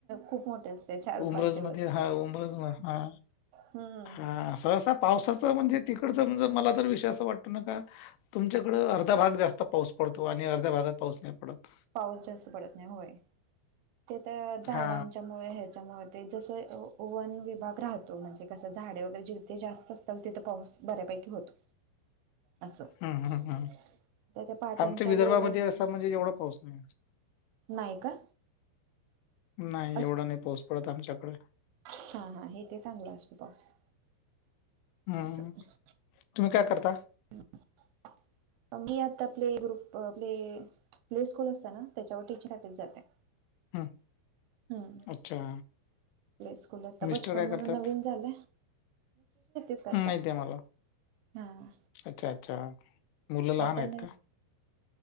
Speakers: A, on the right; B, on the left.
A: खूप मोठे असते चार
B: उमरज
A: पाच दिवस
B: मध्ये हा उमरज म हा
A: हम्म
B: हा सहसात पावसाच म्हणजे तिकडच म्हणजे मला तर विषय अस वाट ना का तुमच्याकड अर्धा भाग जास्त त पाऊस पडतो आणि अर्ध्या भागात पाऊस नाही पडत.
A: पाऊस जास्त पडत नाही होय ते तर झाडांच्यामुळे
B: हा
A: ह्याच्यामुळे ते जसे ओवन विभाग राहतो म्हणजे कस झाडं वैगरे जिथे जास्त असतात तिथं पाऊस बऱ्यापैकी एकी भवतू. अस त्या
B: हम्म हम्म हम्म
A: त्या पटाच्या
B: आमच्या विदर्भामध्ये
A: रोड असतो
B: असा
A: ना.
B: म्हणजे एवढा पाऊस नाही
A: नाय का?
B: नाय
A: अस
B: एवढा नाय पाऊस पडत, आमच्याकडे.
A: हा हा हे ते चांगल असतं पाऊस.
B: हम
A: असं
B: तुम्ही काय करता?
A: <unintelligible> मी आता आपले प्ले ग्रुप आपले प्ले स्कूल असत ना, त्याच्यावर टीचसाठी जाते.
B: हम्म
A: हम्म
B: अच्छा!
A: प्ले स्कूल आता
B: मिस्टर
A: बचपन
B: काय
A: म्हणून,
B: करतात
A: नवीन झालंयं, <unintelligible> करतात.
B: हम्म, माहिती आहे मला
A: हा
B: अच्छा! अच्छा मुलं लहान
A: त्या त्यांना
B: आहेत का?